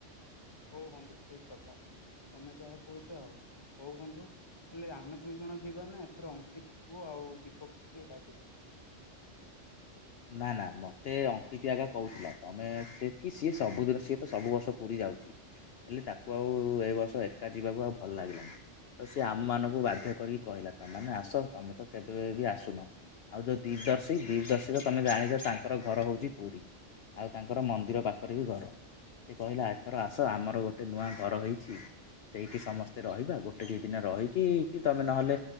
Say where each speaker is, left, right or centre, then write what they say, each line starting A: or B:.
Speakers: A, on the left; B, on the left.
A: ହଉ ବନ୍ଧୁ ଠିକ କଥା ତମେ ଯାହା କହୁଛ ଆଉ, ହଉ ବନ୍ଧୁ। ହେଲେ ଆମେ ଦୁଇ ଜଣ ଯିବାନା ଏଥର ଅଙ୍କିତ କୁ ଆଉ ଦୀପକକୁ ଡାକିବା?
B: ନା ନା ମତେ ଅଙ୍କିତ ଆଗେ କହୁଥିଲା ତମେ ସେ କି ସିଏ ସବୁଦିନ ସିଏ ତ ସବୁ ବର୍ଷ ପୁରୀ ଯାଉଛି। ହେଲେ ତାକୁ ଆଉ ଏ ବର୍ଷ ଏକା ଯିବାକୁ ଆଉ ଭଲ ଲାଗିଲାନି। ତ ସିଏ ଆମ ମାନଙ୍କୁ ବାଧ୍ୟ କରିକି କହିଲା ତମେ ମାନେ ଆସ ତମେ ତ କେବେ ବି ଆସୁନ। ଆଉ ଯଉ ଦି୍ଦଶୀ ଦିପଦଶୀ ତମେ ଜାଣିଛ ତାଙ୍କର ଘର ହଉଛି ପୁରୀ, ଆଉ ତାଙ୍କର ମନ୍ଦିର ପାଖରେ ବି ଘର। ସେ କହିଲା ଏଥର ଆସ ଆମର ଗୋଟେ ନୂଆ ଘର ହେଇଛି। ସେଇଠି ସମସ୍ତେ ରହିବା ଗୋଟେ ଦି ଦିନ ରହିକି କି ତମେ ନହେଲେ